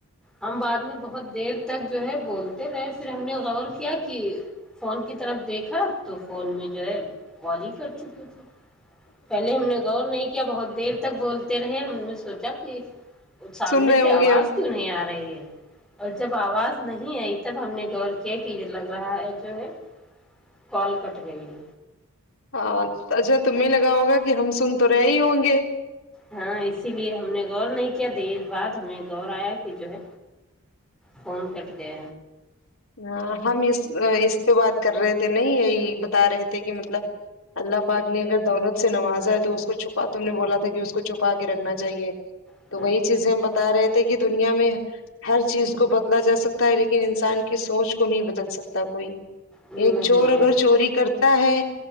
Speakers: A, in the centre; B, on the left (about 75°).
A: ہم بعد میں بہت دیر تک جو ہے بولتے رہے پھر ہم نے غور کیا کہ فون کی طرف دیکھا ا تو فون میں جو ہے کال ہی کر چکے تھے پہلے ہم نے غور نہیں کیا بہت دیر تک بولتے رہے ہم نے سوچا کہ سامنے
B: سن رہے ہوں
A: سے آواز
B: گے ہم
A: کیوں نہیں آ رہی ہے اور جب آواز نہیں آئی تب ہم نے غور کیا کہ یہ لگ رہا ہے جو ہے کال کٹ گئی ہے
B: ہاں اجا تمیں لگا ہوگا کہ ہم سن تو رہے ہی ہوں گے
A: ہاں اسی لیے ہم نے غور نہیں کیا دیر بعد ہمیں غور آیا کہ جو ہے فون کٹ کے
B: ہاں ہم اس اس پہ بات کر رہے تھے نہیں یہی بتا رہے تھے کہ مطلب اللہ پاک نے اگر دولت سے نوازا ہے تو اس کو چھپا تم نے بولا تھا کہ اس کو چھپا کے رکھنا چاہیے
A: جچ
B: تو وہی چیزیں ہم بتا رہے تھے کہ دنیا میں ہر چیز کو بدلا جا سکتا ہے لیکن انسان کی سوچ کو نہیں بدل سکتا کوئی
A: نہیں
B: ایک چور اگر چوری کر ہے